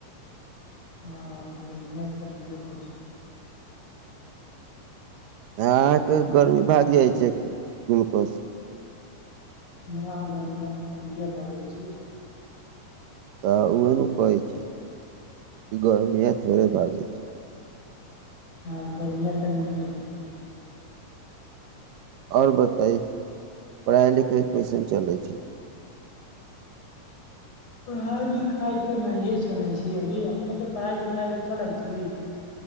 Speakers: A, on the left; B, on the right.
A: हँ गर्मिय तऽ नहिए ब
B: ह अहाँके
A: हुनको
B: गर्मी
A: छौ
B: भागि जाइ छै बिलक
A: हम अह घरमिय तऽ नहिए भगै छी
B: तऽ ओ एन कहै छी कि गरमी आ थोरे भागे छै
A: हँ गर्मिया तऽ नहि ह ब
B: आओर बताई पढ़ाइ लिखाइ कइसन चलै छै
A: पढ़ाइ लिखाइ तऽ नहिए चलै छी अभी अपनेके पढ़ाइ लिखाइ चलै छी